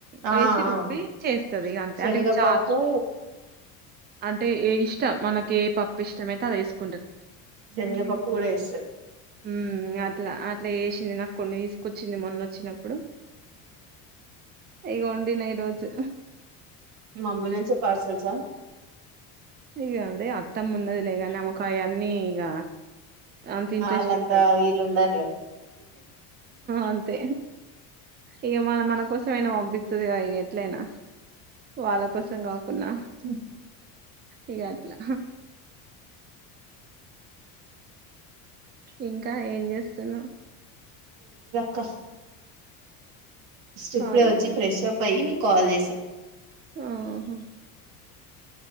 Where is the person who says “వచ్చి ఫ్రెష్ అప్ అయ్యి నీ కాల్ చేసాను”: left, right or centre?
Right